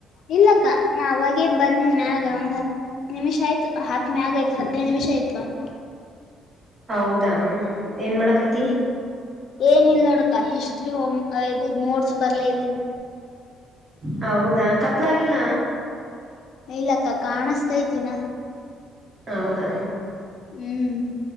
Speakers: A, on the left; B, on the right.
A: ಇಲ್ಲಕ್ಕ ನಾ ಅವಾಗೇ ಬಂದನಿ ಮ್ಯಾಗ ಒಂದ ಹತ್ತ ನಿಮಿಷ ಆಯ್ತು ಹತ ಮ್ಯಾಗ ಆಯ್ತು ಹದಿನೈದು ನಿಮಿಷ ಆಯ್ತ್ ಬಂದ.
B: ಹೌದಾ ಏನ್ ಮಾಡಕತ್ತಿ?
A: ಏನಿಲ್ಲ ನೋಡಾಕ್ಕ ಹಿಸ್ಟ್ರಿ ಹೋಮ್ ಇದ ನೋಟ್ಸ್ ಬರ್ಲೇತಿನಿ.
B: ಹೌದಾ ಕತ್ಲಾಗಿಲ್ಲ?
A: ಇಲ್ಲಕ್ಕ ಕಾಣಸ್ತೈತಿ ಇನ್ನ.
B: ಹೌದಾ
A: ಹ್ಮ್